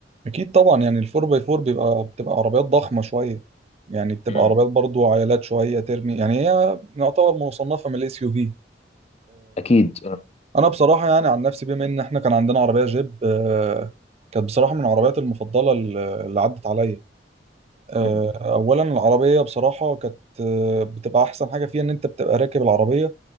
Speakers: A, on the right (about 35°); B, on the left (about 35°).
A: اكيد طبعا يعني الفور باي فور بيبقى بتبقى عربيات ضخمه شويه يعني بتبقى
B: مم.
A: عربيات برضو عائلات شويه ترمي يعني هي يعتبر مصنفه من الاس يو في
B: اكيد اه
A: انا بصراحه يعني عن نفسي بما ان احنا كان عندنا عربيه جيب آه، كانت بصراحه من العربيات المفضله اللي اللي عدت عليا آه،
B: مم.
A: اولا العربيه بصراحه كانت آه، بتبقى احسن حاجه فيها ان انت بتبقى راكب العربيه